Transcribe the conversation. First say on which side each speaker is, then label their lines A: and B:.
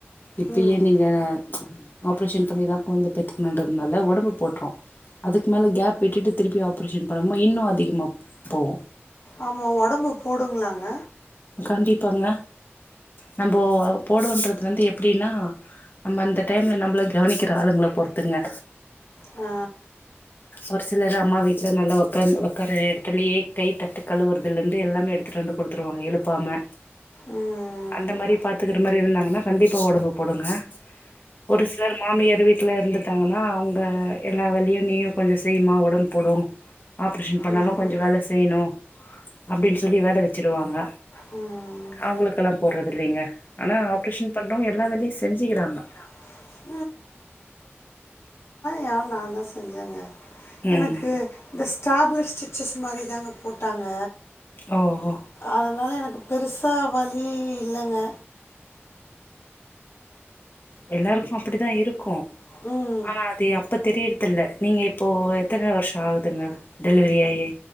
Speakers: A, on the left (about 50°); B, on the left (about 80°).
A: இப்பயே
B: ம்
A: நீங்க ஆப்ரேஷன் பண்ணிதா குழந்தை பெத்துக்கணுன்றதுனால உடம்பு போட்டுறு அதுக்கு மேல கேப் விட்டுட்டு திருப்பி ஆப்ரேஷன் பண்ணாம இன்னு அதிகமா போகு
B: ஆமா உடம்பு போடுங்களாங்க
A: கண்டிப்பாங்க நம்ம போடுன்றது வந்து எப்படின்னா நம்ம அந்த டைம்ல நம்மள கவனிக்கிற ஆளுங்களை பொறுத்துங்க
B: ஆ
A: ஒரு சிலர் அம்மா வீட்டுல நல்லா உக்கற இடத்துலயே கை தட்டுக்கலுவாரதுல இருந்து எல்லாமே எடுத்துட்டு வந்து கொடுத் ருவாங்க எழுப்பாம
B: ம்
A: அந்த மாதிரி பாத்துக்கற மாதிரி இருந்தாங்கன்னா கண்டிப்பா உடம்பு போடுங்க ஒரு சிலர் மாமியார் வீட்டுல இருந்துட்டாங்கன்னா அவங்க எல்லா வேலையு நீயும் கொஞ்ச செய்யமா உடம்பு போடும் ஆப்ரேஷன் பண்ணாலு
B: ம்
A: கொஞ்ச வேலை செய்யணு அப்படின்னு சொல்லி வேல வச்ச வச்சிருவாங்க
B: ம் ம்
A: அவங்களுக்கெல்லா போடுறது இல்லைங்க ஆனா ஆப்ரேஷன் பண்றவங்க எல்லா வேலையும் செஞ்சுக்கிறாங்க
B: <inaudible> யா நான் தான் செஞ்சேங்க எனக்கு
A: ம்
B: இந்த ஸ்டேப்லர் ஸ்டிச்சஸ் மாதிரி தாங்க போட்டாங்க
A: ஓ ஓ
B: அதனால் எனக்கு பெருசா வழி இல்லைங்க
A: எல்லாருக்கு அப்படிதா இருக்கு
B: ம்
A: ஆனா அது அப்ப தெரியுறது இல் நீங்க இப்போ எத்தனை வருஷ ஆகுதுங்க டெலிவரி ஆயி